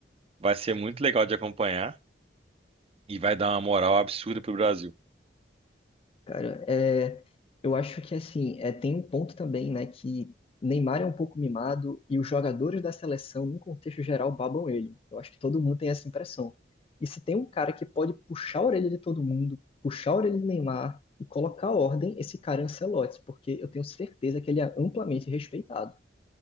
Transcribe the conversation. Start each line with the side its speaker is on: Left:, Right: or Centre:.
Right: vai ser muito legal de acompanhar e vai dar uma moral absurda pro Brasil.
Left: Cara, é, eu acho que assim, é, tem um ponto também, né, que Neymar é um pouco mimado e os jogadores da seleção, num contexto geral, babam ele. Eu acho que todo mundo tem essa impressão. E se tem um cara que pode puxar a orelha de todo mundo, puxar a orelha de Neymar e colocar ordem, esse cara é Ancelotti, porque eu tenho certeza que ele é amplamente respeitado.